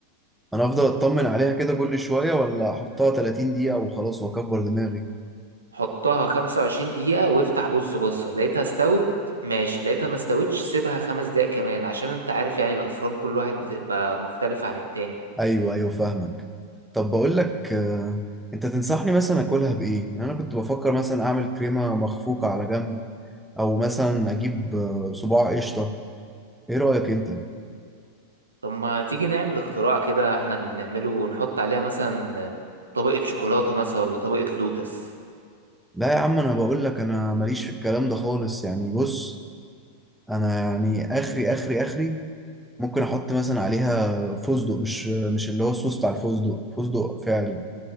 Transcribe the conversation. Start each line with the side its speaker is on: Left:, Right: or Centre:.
Centre: أنا أفضل أطمن عليها كده كل شوية ولا أحطها 30 دقيقة وخلاص وأكبر دماغي
Right: حطها 25 دقيقه وافتح بص بص لقيتها استوت ماشي لقيتها ما استوتش سيبها خمس دقايق كمان عشان انت عارف يعني الافران كل واحد بتبقى مختلفه عن التاني
Centre: أيوه أيوه فاهمك طب بقول لك آه، أنت تنصحني مثلا أكلها بإيه؟ يعني أنا كنت بفكر مثلا أعمل كريمة مخفوقة على جنب أو مثلا أجيب آه، صباع قشطة إيه رأيك أنت؟
Right: طب ما تيجي نعمل اختراع كده احنا اللي نعمله ونحط عليها مثلا طبقه شوكولاته مثلا ولا طبقه لوتس
Centre: لا يا عم انا بقول لك انا ماليش في الكلام ده خالص يعني بص انا يعني اخري اخري اخري ممكن احط مثلا عليها فستق مش مش اللي هو الصوص بتاع الفستق فستق فعلي